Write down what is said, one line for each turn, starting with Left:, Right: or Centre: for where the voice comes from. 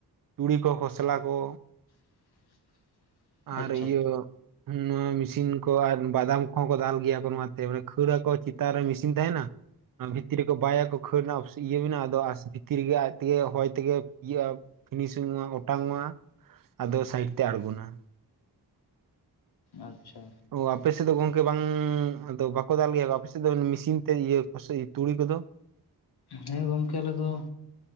Right: ᱛᱩᱲᱤ ᱠᱚ ᱠᱷᱚᱥᱞᱟ ᱠᱚ᱾
Left: <inaudible> ᱟᱪᱪᱷᱟ
Right: ᱟᱨ ᱤᱭᱟᱹ ᱱᱚᱣᱟ ᱢᱮᱥᱤᱱ ᱠᱚ ᱟᱨ ᱵᱟᱫᱟᱢ ᱠᱚᱦᱚᱸ ᱠᱚ ᱫᱟᱞ ᱜᱮᱭᱟ ᱠᱚ ᱱᱚᱣᱟᱛᱮ ᱾ ᱠᱷᱟᱹᱲ ᱨᱟᱠᱚ ᱪᱤᱛᱟᱱ ᱨᱮ ᱢᱤᱥᱤᱱ ᱛᱟᱦᱮᱸᱱᱟ ᱾ ᱵᱷᱤᱛᱤᱨ ᱨᱮᱠᱚ ᱵᱟᱭᱟᱠᱚ ᱠᱷᱟᱹᱲ ᱨᱮᱱᱟᱜ ᱤᱭᱟᱹ ᱚᱠᱥ ᱢᱮᱱᱟ ᱟᱫᱚ ᱟᱥ ᱵᱷᱤᱛᱤᱨ ᱨᱮᱜᱮ ᱟᱡ ᱛᱮᱜᱮ ᱦᱚᱭ ᱛᱮᱜᱮ ᱤᱭᱟᱹᱜᱼᱟ ᱾ ᱯᱷᱤᱱᱤᱥᱤᱝ ᱢᱟ ᱚᱴᱟᱝᱚᱜᱼᱟ ᱟᱫᱚ ᱥᱟᱭᱤᱰ ᱛᱮ ᱟᱬᱜᱚᱱᱟ ᱾
Left: ᱟᱪᱪᱷᱟ
Right: ᱚ ᱟᱯᱮᱥᱮᱫ ᱫᱚ ᱜᱚᱝᱠᱮ ᱵᱟᱝ ᱟᱫᱚ ᱵᱟᱠᱚ ᱫᱟᱞ ᱜᱮᱭᱟ ᱟᱯᱮᱥᱮᱫ ᱫᱚ ᱢᱤᱥᱤᱱ ᱛᱮ ᱤᱭᱟᱹ ᱯᱟᱥᱮ ᱛᱩᱲᱤ ᱠᱚᱫᱚ ᱾
Left: ᱦᱮᱸ ᱜᱚᱝᱠᱮ ᱟᱞᱮᱫ ᱫᱚ,